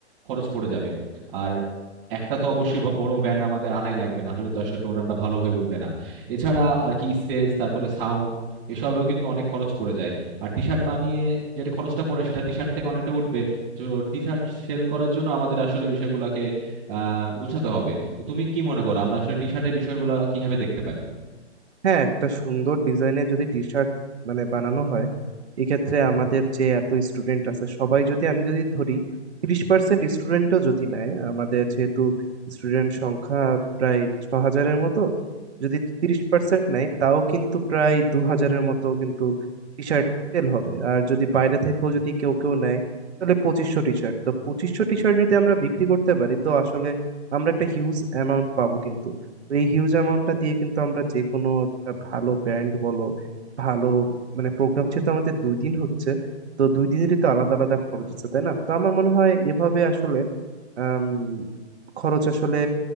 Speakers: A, on the right; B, on the right.
A: খরচ পড়ে যাবে আর একটা তো অবশ্যই ব- বড় ব্যান্ড আমাদের আনাই লাগবে না হলে তো আসলে প্রোগ্রামটা ভালো হয়ে উঠবে না এছাড়া আর কি স্টেজ তারপরে সাউন্ড এসবেও কিন্তু অনেক খরচ পড়ে যায় আর টি শার্ট বানিয়ে যেটা খরচটা পড়ে সেটা টি শার্ট থেকে অনেকটা উঠবে তো টি শার্ট সেল করার জন্য আমাদের আসলে বিষয়গুলোকে আহ গুছাতে হবে তো তুমি কি মনে করো আমরা আসলে টি শার্টের বিষয়গুলো কিভাবে দেখতে পারি
B: হ্যাঁ একটা সুন্দর ডিজাইনের যদি টি শার্ট মানে বানানো হয় এক্ষেত্রে আমাদের যে এত স্টুডেন্ট আছে সবাই যদি আমি যদি ধরি তিরিশ পার্সেন্ট স্টুডেন্টও যদি নেয় আমাদের যেহেতু স্টুডেন্ট সংখ্যা প্রায় ছ হাজারের মতো যদি তিরিশ পার্সেন্ট নেয় তাও কিন্তু প্রায় দু হাজারের মতো কিন্তু টি শার্ট সেল হবে আর যদি বাইরে থেকেও যদি কেউ কেউ নেয় তাহলে পঁচিশশো টি শার্ট তো পঁচিশশো টি শার্ট যদি আমরা বিক্রি করতে পারি তো আসলে আমরা একটা হিউজ অ্যামাউন্ট পাবো কিন্তু তো এই হিউজ অ্যামাউন্টটা দিয়ে কিন্তু আমরা যে কোনো একটা ভালো ব্যান্ড বলো ভালো মানে প্রোগ্রাম যেহেতু আমাদের দুই দিন হচ্ছে তো দুই দিনেরই তো আলাদা আলাদা খরচ হচ্ছে তাই না তো আমার মনে হয় এভাবে আসলে আম, খরচ আসলে